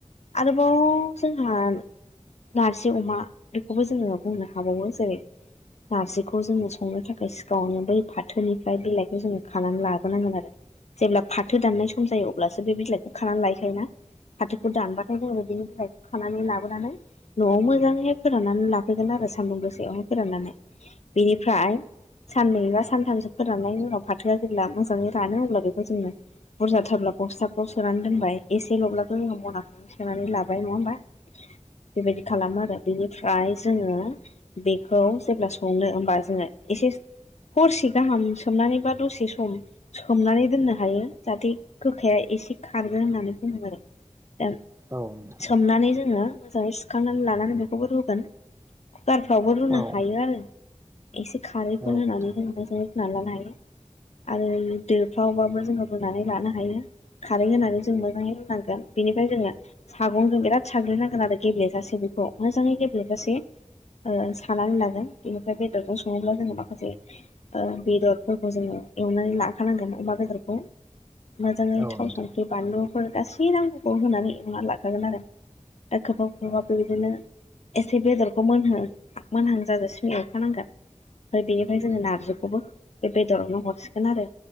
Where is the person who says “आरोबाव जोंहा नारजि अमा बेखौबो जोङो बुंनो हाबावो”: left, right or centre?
Left